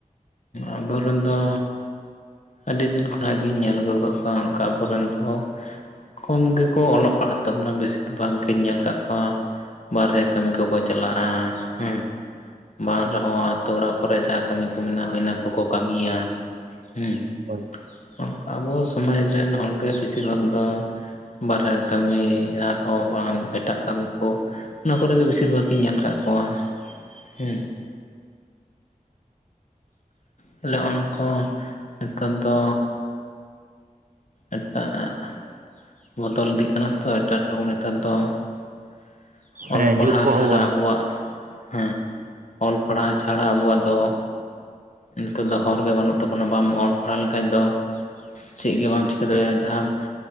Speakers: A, on the left (about 55°); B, on the right (about 70°).
A: ᱟᱵᱚᱨᱮᱱ ᱫᱚ ᱟᱹᱰᱤ ᱫᱤᱱ ᱠᱷᱚᱱᱟᱜ ᱜᱤᱧ ᱧᱮᱞ ᱟᱹᱜᱩ ᱟᱠᱟᱫ ᱠᱚᱣᱟ ᱚᱱᱠᱟ ᱟᱵᱚ ᱨᱮᱱ ᱫᱚ ᱠᱚᱢ ᱜᱮᱠᱚ ᱚᱞᱚᱜ ᱯᱟᱲᱦᱟᱜ ᱛᱟᱵᱩᱱᱟ ᱵᱮᱥᱤᱨ ᱵᱷᱟᱜᱽ ᱜᱮᱧ ᱧᱮᱞ ᱟᱠᱟᱫ ᱠᱚᱣᱟ ᱵᱟᱨᱦᱮ ᱠᱟᱹᱢᱤ ᱠᱚᱠᱚ ᱪᱟᱞᱟᱜᱼᱟ ᱦᱩᱸ ᱾ ᱵᱟᱝ
B: ᱦᱳᱭ
A: ᱨᱮᱦᱚᱸ ᱟᱛᱳ ᱚᱲᱟᱜ ᱠᱚᱨᱮ ᱡᱟᱦᱟᱸ ᱠᱟᱹᱢᱤ ᱠᱚ ᱢᱮᱱᱟᱜ ᱚᱱᱟ ᱠᱚᱠᱚ ᱠᱟᱹᱢᱤᱭᱟ ᱾ ᱦᱩᱸ,
B: ᱦᱳᱭ
A: ᱚᱱᱠᱟ ᱟᱵᱚ ᱥᱚᱢᱟᱡ ᱨᱮᱱ ᱦᱚᱲᱜᱮ ᱵᱮᱥᱤᱨ ᱵᱷᱟᱜᱽ ᱫᱚ ᱵᱟᱨᱦᱮ ᱠᱟᱹᱢᱤ ᱟᱨᱦᱚᱸ ᱵᱟᱝ ᱮᱴᱟᱜ ᱠᱟᱹᱢᱤ ᱠᱚ ᱚᱱᱟ ᱠᱚᱨᱮᱜᱮ ᱵᱮᱥᱤᱨ ᱵᱷᱟᱜᱽ ᱤᱧ ᱧᱮᱞ ᱟᱠᱟᱜ ᱠᱚᱣᱟ ᱦᱩᱸ ᱾ ᱛᱟᱦᱞᱮ ᱦᱚᱜᱼᱚ ᱱᱚᱝᱠᱟ ᱱᱮᱛᱟᱨ ᱫᱚ ᱮᱴᱟᱜ ᱵᱚᱫᱚᱞ ᱤᱫᱤᱜ ᱠᱟᱱᱟ ᱛᱚ, ᱮᱴᱟᱜ ᱨᱮᱠᱚᱢ ᱱᱮᱛᱟᱨ ᱫᱚ ᱾
B: ᱦᱮᱸ
A: ᱚᱞ ᱯᱟᱲᱦᱟᱣ
B: ᱡᱩᱜᱽ ᱠᱚᱦᱚᱸ
A: ᱪᱷᱟᱰᱟ
B: ᱵᱚᱫ
A: ᱟᱵᱚᱣᱟᱜ ᱦᱮᱸ, ᱚᱞ ᱯᱟᱲᱦᱟᱣ ᱪᱷᱟᱲᱟ ᱟᱵᱚᱣᱟᱜ ᱫᱚ ᱱᱤᱛᱚᱜ ᱫᱚ ᱦᱚᱨ ᱜᱮ ᱵᱟᱹᱱᱩᱜ ᱛᱟᱵᱚᱱᱟ, ᱵᱟᱢ ᱚᱞ ᱯᱟᱲᱦᱟᱣ ᱞᱮᱠᱷᱟᱡ ᱫᱚ ᱪᱮᱫ ᱜᱮ ᱵᱟᱢ ᱪᱤᱠᱟᱹ ᱫᱟᱲᱮᱭᱟᱜᱼᱟ ᱾ ᱡᱟᱦᱟᱸᱢ